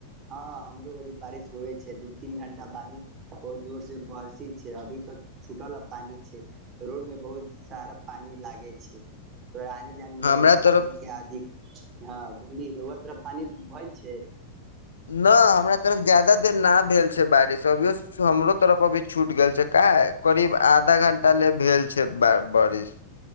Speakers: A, on the right; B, on the left.
A: हँ हमरो ओरी बारिश हुए छैय छैअ दू तीन घंटा बारिश बहुत जोर से बरसी छै अभी त छूटल पानी छैय रोड मे बहुत सारा पानी लागे छैय तोरा आने जाने
B: हमरा
A: मे
B: तरफ
A: पानी के अधिक हं बुलहीं रौआ तोरा पानि भइल छै
B: नहि हमरा तरफ जादा देर ना भेल छैय बारिश अभियो हमरो तरफ अभी छूटि गेल छैय का करीब आधा घंटा ले भेल छैय बा बारिश